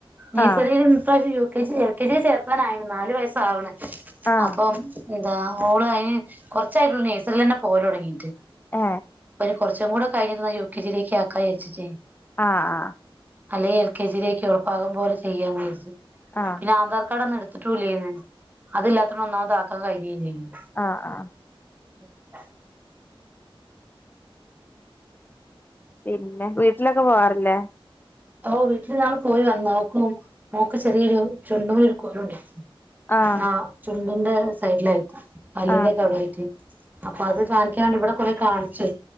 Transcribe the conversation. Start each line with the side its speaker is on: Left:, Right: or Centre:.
Right: നെയ്സറില്
Left: ആഹ്
Right: ഈ പ്രാവശ്യം U K G L K G ചേർക്കാനായേണ് നാലു വയസ് ആവണ്
Left: ആഹ്
Right: അപ്പം എന്താ ഓള് അതിന് കൊറച്ചായിട്ടുള്ളൂ നെയ്സറീല് അന്നെ പോവലൊടങ്ങീട്ട്.
Left: ഏ
Right: കുറച്ചും കൂടെ കഴിഞ്ഞിരുന്ന യു കെ ജിയിലേക്ക് ആക്കാ വിചാരിച്ചിട്ടെയ്ന്
Left: ആ ആ
Right: അല്ലെങ്കി എൽ കെ ജിയിലേക്ക് ഓളെ പാകം പോലെ ചെയ്യാ വിചാരിച്ച്.
Left: ആഹ് ആഹ്
Right: പിന്നെ ആധാർ കാർഡ് ഒന്നും എടു ത്തെട്ടുല്ലേന്. അതില്ലാത്തോണ്ട് ഒന്നാമത് ആക്കാൻ കഴിഞ്ഞീല്ലേന്ന്
Left: ആ ആ
Right: <inaudible>
Left: പിന്നെ വീട്ടിലൊക്കെ പോവാറില്ലേ.
Right: ഓ വീട്ടിൽ ഞങ്ങള്പോയി വന്നു. ഓക്കും മോക്ക് ചെറിയൊരു ചുണ്ടുമ്മേ ഒരു കുരു ഉണ്ടേന്.
Left: ആഹ്
Right: ആ ചുണ്ടിന്റെ സൈഡിലായിട്ട് പല്ലിന്റെ
Left: ആഹ്
Right: ഒക്കെ അവിടായിട്ട് അപ്പൊ അത് കാണിക്കാൻ വേണ്ടി ഇവിടെ കുറെ കാണിച്ച്.